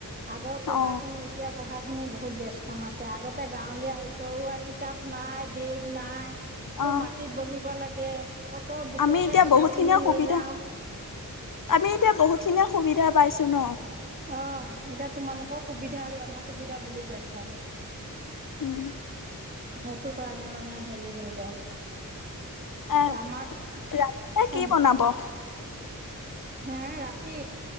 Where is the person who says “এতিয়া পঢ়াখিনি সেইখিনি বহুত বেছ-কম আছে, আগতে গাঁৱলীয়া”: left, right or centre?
Right